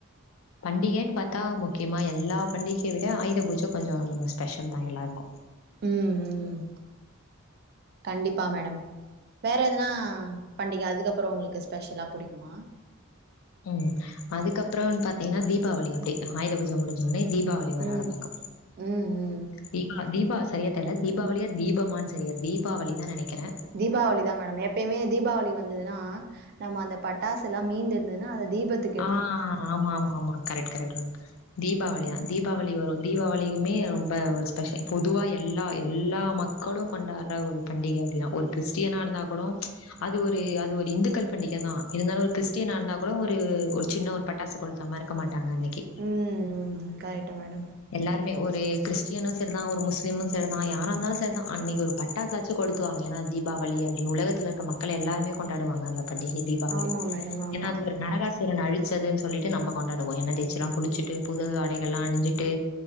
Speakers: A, on the left (about 70°); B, on the right (about 50°).
A: பண்டிகன்னு பாத்தா முக்கியமா எல்லா பண்டிகையை விட ஆயுத பூஜ கொஞ்சோ ஸ்பெஷல் தா எல்லாருக்கு
B: ம் ம் கண்டிப்பா மேடம் வேற எதுனா பண்டிக அதுக்கப்புறோ உங்களுக்கு ஸ்பெஷலா புடிக்குமா
A: ம் அதுக்கப்புறோனு பாத்தீங்கன்னா தீபாவளி அப்டே ஆயுத பூஜ முடிஞ்சோனே தீபாவளி அப்டே வர
B: ம்
A: ஆரம்மிக்கு
B: ம் ம்
A: தீபா தீபா சரியா தெரில தீபாவளியா தீபமான்னு சரியா தீபாவளி தா நெனைக்கிறே
B: தீபாவளி தா மேடம் எப் எப்பயுமே தீபாவளி வந்ததுன்னா நம்ம அந்த பட்டாசுல்லாம் மீந்திருதுன்னா அந்த தீபத்
A: ஆ ஆமா ஆமா ஆமா கரெக்ட் கரெக்ட் தீபாவளி
B: ம்
A: தா தீப் தீபாவளி வரு தீபாவளிகுமே ரொம்ப ஒரு ஸ்பெஷல் பொதுவா எல்லா எல்லா மக் மக்களும் கொண்டாடுற ஒரு பண்டிக அப்டின்னா ஒரு கிறிஸ்டியனா இருந்தா கூடோ அது ஒரு அது ஒரு இந்துக்கள் பண்டிக தா இருந்தாலு ஒரு கிறிஸ்டியன்னா இருந்தா கூட ஒரு ஒரு ஒரு சின்ன ஒரு பட்டாசு கொளுத்தாம இருக்க மாட்டாங்க அன்னைக்கு
B: ம் கரெக்ட்டு மேடம்
A: எல்லாருமே ஒரு கிறிஸ்டியனு சரிதா ஒரு முஸ்லிமு சரிதா யாரா இருந்தாலு சரிதா அன்னைக்கு ஒரு பட் பட்டாசாச்சி கொளுத்துவாங்க ஏனா தீபாவளி அப்டி உலகத்தில இருக்க மக்கள் எல்லாருமே கொண்டாடுவாங்க அந்த பண்டிகை தீபாவளி
B: ஆமா மேடம் ஆமா
A: ஏனா அது ஒரு நரகாஸ் சுரன அழிச்சதுன் சொல்லிட்டு நம்ம கொண்டாடுவோ எண்ண தேய்ச்செல்லா குளிச்சுட்டு புது ஆடைகள்லா அணிஞ்சி ட்டு